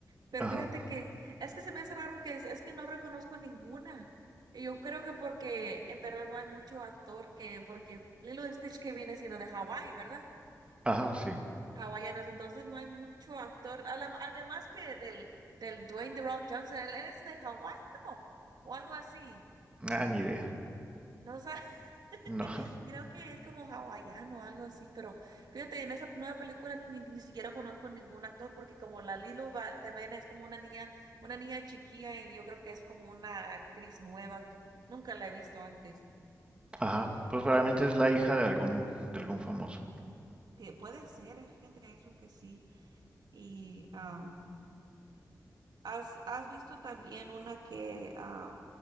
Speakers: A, on the right; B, on the right.
A: Pero
B: Ajá.
A: fíjate que es que se me hace raro que es, es que no reconozco ninguna. Y yo creo que porque en verdad no hay mucho actor que, porque Lilo and Stitch que viene siendo de Hawái, ¿verdad?
B: Ajá, sí.
A: Hawaiianos, entonces no hay mucho actor. a la- Además que del, del Dwayne The Rock Johnson, él él es de Hawái, ¿no? O algo así.
B: Ah, ni idea.
A: No, sé, <laughs>
B: No. <laughs>
A: creo que es como hawaiano o algo así, pero fíjate, en esa nueva película ni, ni siquiera conozco ningún actor porque como la Lilo va- también es como una niña, una niña chiquilla y yo creo que es como una actriz nueva que nunca la he visto antes.
B: Ajá. Pues probablemente es la hija de algún, de algún famoso.
A: Tie- puede ser, eh, fíjate eso que sí. Y am, has, has visto también una que, ah,